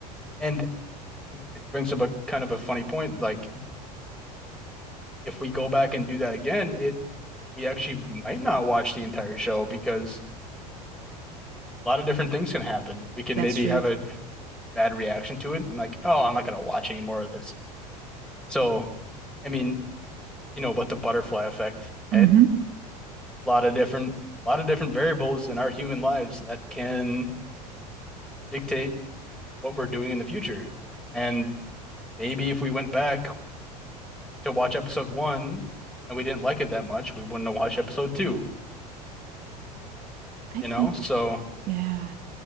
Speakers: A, in the centre; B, on the right (about 45°).
A: and it brings up a kind of a funny point. Like, if we go back and do that again, it, we actually might not watch the entire show because a lot of different things can happen. We can
B: that's
A: maybe
B: true.
A: have a bad reaction to it and like, oh, I'm not gonna watch any more of this. So, I mean, you know about the butterfly effect, right?
B: hmm
A: A lot of different a lot of different variables in our human lives that can dictate what we're doing in the future. And maybe if we went back to watch episode one and we didn't like it that much, we wouldn't have watched episode two,
B: I
A: you
B: think,
A: know? So,
B: yeah,